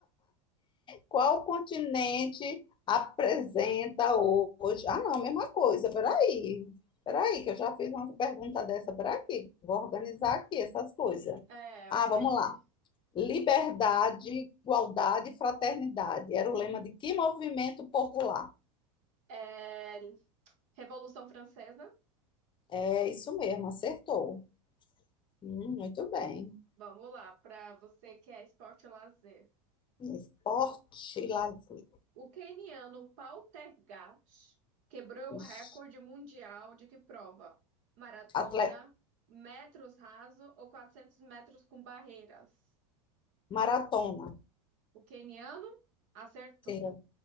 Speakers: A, on the left; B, on the right.
A: Qual continente apresenta hoje? Ah, não, mesma coisa. Peraí. Peraí, que eu já fiz uma pergunta dessa por aqui. Vou organizar aqui essas coisas.
B: É,
A: Ah,
B: organi...
A: vamos lá. Liberdade, igualdade e fraternidade. Era
B: Sim.
A: o lema de que movimento popular?
B: É, Revolução Francesa.
A: É isso mesmo, acertou. Hum, muito bem.
B: Vamos lá, para você que é esporte e lazer.
A: Esporte e lazer.
B: O queniano Pautergat quebrou o recorde
A: Ixi,
B: mundial de que prova? Maratona,
A: atle-
B: metros raso ou 400 metros com barreiras?
A: Maratona.
B: O queniano acertou.
A: Sim.